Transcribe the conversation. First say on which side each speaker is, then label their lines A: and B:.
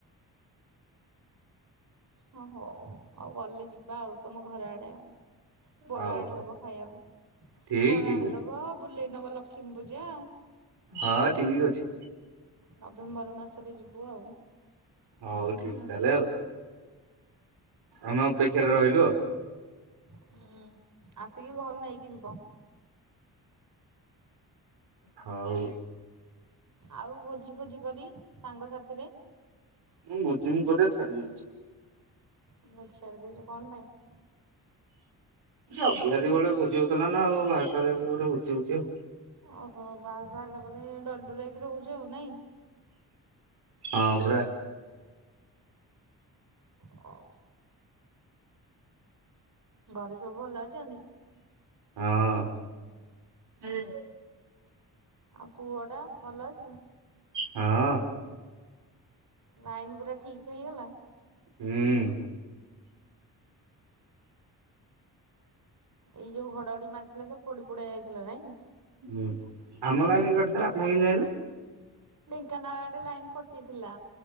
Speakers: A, on the right (about 50°); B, on the right (about 75°).
A: ହ ହଉ ଆଉ ଗଲେ ଯିବା ଆଉ ତମ ଘର ଆଡେ ଆଉ। ବରା
B: ହଉ
A: ଆଣିଦବ
B: ହଉ
A: ଖାଇବାକୁ
B: ଠିକ
A: ବରା
B: ଠିକ
A: ଆଣିଦବ
B: ଅଛି
A: ବୁଲେଇ ନବ ଲକ୍ଷ କିମ୍ବୁଜା
B: ହଁ ଠିକ ଅଛି
A: ନଭେମ୍ବର ମାସରେ ଯିବୁ ଆଉ।
B: ହଉ ଠିକ୍ ତାହେଲେ ଆଉ। ଆମେ ଅପେକ୍ଷାରେ ରହିଲୁ ଆଉ।
A: ହୁଁ ଆସିକି ଘରୁ ନେଇକି ଯିବ।
B: ହଉ।
A: ଆଉ ଭୋଜି ଭୋଜି କରି ସାଙ୍ଗସାଥିରେ
B: ମୁଁ ମୋଜିମ କରି ଛାଡି ଦେଇେଇଚି।
A: ଆଛା ଛାଡ଼ିଦେଲ କଣ ପାଇଁ?
B: ଅବିହାରୀ ବେଳୁ ଭୋଜି ହୋଉଥିଲା ନା ଆଉ ବାହା ଶାହା <unintelligible> ଭୋଜି ହୋଉଚି ଆଉ।
A: ଓହୋ ବାହା ସାହା ହେଲା ପରେ ଡରଡର ହେଇକି ରହୁଚ ଆଉ ନାଇଁ।
B: ହଁ ପରା।
A: ହଁ ଘରେ ସବୁ ଭଲ ଅଛନ୍ତି?
B: ହଁ। ହୁଁ।
A: ଆଉ ପୁଅ ଟା ଭଲ ଅଛି?
B: ହଁ।
A: ଲାଇନ ପୁରା ଠିକ ହେଇଗଲା?
B: ହୁଁ।
A: ଏଇ ଯୋଉ ଘଡଘଡି ମାରଥିଲା ସବ ପୋଡି ପୁଡ଼ା ଯାଇଥିଲା ନାଇଁ?
B: ହୁଁ ଆମ ଲାଇନ କଟି ଥିଲା ଆପଣ କେମିତି ଜାଣିଲେ?
A: ଢେଙ୍କାନାଳ ଆଡେ ଲାଇନ କଟିଥିଲା